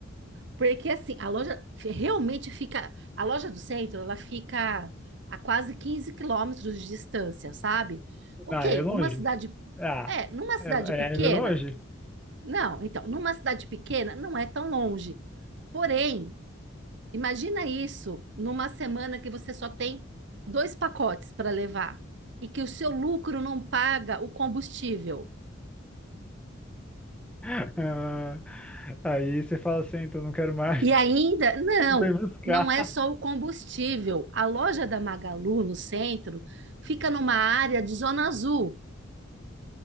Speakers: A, on the right; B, in the centre.
A: Porque assim, a loja fi- realmente fica. A loja do centro, ela fica a quase 15 quilômetros de distância, sabe? Ok,
B: Ah, é longe?
A: numa cidade.
B: Ah,
A: É, numa cidade
B: é,
A: pequena.
B: é é longe?
A: Não, então, numa cidade pequena não é tão longe. Porém, Imagina isso numa semana que você só tem dois pacotes para levar e que o seu lucro não paga o combustível.
B: <laughs> Ah, Aí você fala assim, então não quero mais.
A: E ainda, não,
B: <laughs> Vem buscar.
A: não é só o combustível. A loja da Magalu, no centro, fica numa área de zona azul.